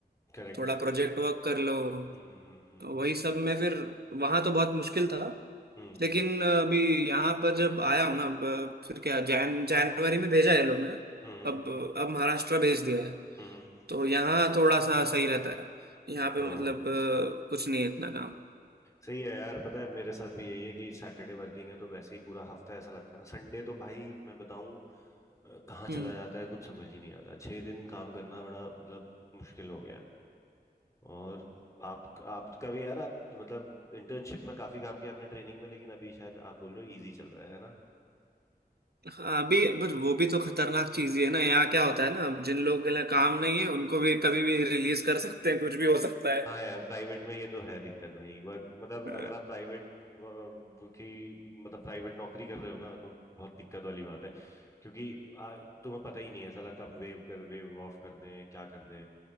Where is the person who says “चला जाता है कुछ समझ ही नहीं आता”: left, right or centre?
Left